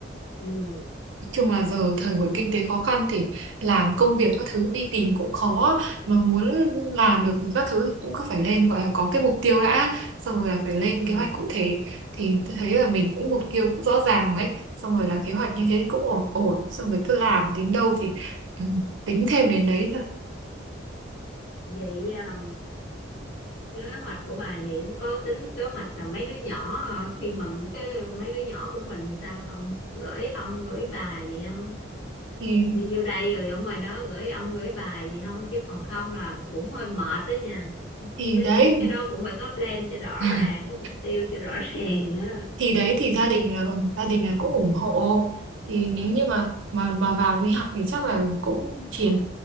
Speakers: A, on the left; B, on the right.
A: ừ,
B: chung là giờ thời buổi kinh tế khó khăn thì làm công việc các thứ đi tìm cũng khó mà muốn làm được thì các thứ thì cũng cứ phải lên gọi là có cái mục tiêu đã xong rồi là phải lên
A: ừ,
B: kế hoạch cụ thể thì tôi thấy là mình cũng mục tiêu cũng rõ ràng đấy xong rồi là kế hoạch như
A: ừ.
B: thế thì cũng ổn ổn xong rồi cứ làm đến đâu thì ừ, tính thêm đến đấy thôi
A: vậy um, kế hoạch của bà vậy có tính kế hoạch là mấy đứa nhỏ ờ, khi mà cái mấy đứa nhỏ của mình sao không gửi ông gửi bà gì không
B: thì
A: đi vô đây rồi ở ngoài đó gửi ông gửi bà gì không chứ còn không là cũng hơi mệt đó nha
B: thì
A: cái
B: đấy
A: cái đó cũng phải có plan cho rõ
B: <laughs>
A: ràng có mục tiêu cho rõ <laughs> ràng á
B: thì đấy thì gia đình là gia đình là cũng ủng hộ thì nếu như mà mà mà vào đi học thì chắc là cũng chuyển